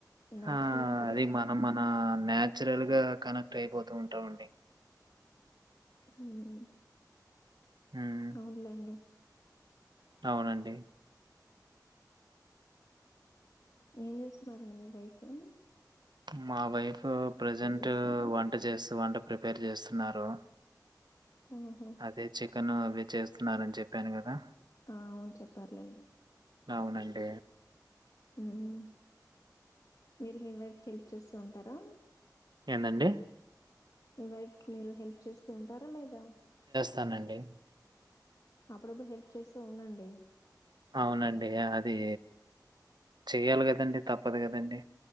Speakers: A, on the left; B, on the right.
A: న్యాచురల్
B: ఆ
A: అంటారా
B: అది మన మన నాన్చురల్ గా కనెక్ట్ అయిపోతూ ఉంటాంమండి
A: హ్మ్మ్
B: హ్మ్.
A: అవునులేండి
B: అవునండి
A: ఏం చేస్తున్నారండి మీ వైఫు
B: మా వైఫు ప్రజెంట్
A: చేస్తున్నారా
B: వంట చేస్త వంట ప్రిపేర్ చేస్తున్నారు
A: ఓహో
B: అదే చికన్ అది చేస్తున్నారని చెప్పాను కదా
A: ఆ అవును చెప్పర్లేండి
B: అవునండి
A: ఉమ్ మీరు మీ వైఫ్కి హెల్ప్ చేస్తూ ఉంటారా
B: ఏందండి
A: మీ వైఫ్ కి మీరు హెల్ప్ చేస్తూం టారా లేదా
B: తానండి
A: అప్పుడప్పుడు హెల్ప్ చేస్తూ ఉండండి
B: అవునండి అది చెయ్యాలి కదండి తప్పదు కదండి